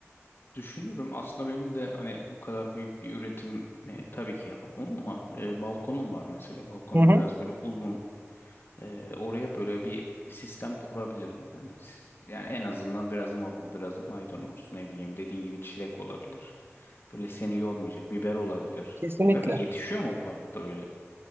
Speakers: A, on the left; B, on the right.
A: Düşünürüm aslında benim de hani bu kadar büyük bir üretim e, tabii ki yapamam ama e, balkonum var mesela. Balkonum
B: Hı hı,
A: biraz böyle uzun. E, oraya böyle bir sistem kurabilirim. Hani s- yani en azından biraz marul, biraz maydanoz, ne bileyim dediğin gibi çilek olabilir. Böyle seni yormayacak biber olabilir.
B: kesinlikle.
A: Biber yetişiyor mu bu arada öyle?